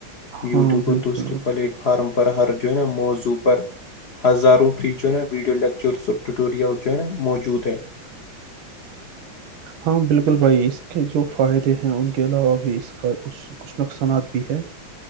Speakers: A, on the left; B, on the right.
A: یوٹیوب
B: ہاں بالکل
A: اور دوسرے پلیٹ فارم پر ہر جو ہے نا موضوع پر ہزاروں فری جو نا ویڈیو لیکچر ٹیوٹوریل جو ہے نا موجود ہے
B: ہاں بالکل بھائی اس کے جو فائدے ہیں ان کے علاوہ بھی اس کا کچھ کچھ نقصانات بھی ہے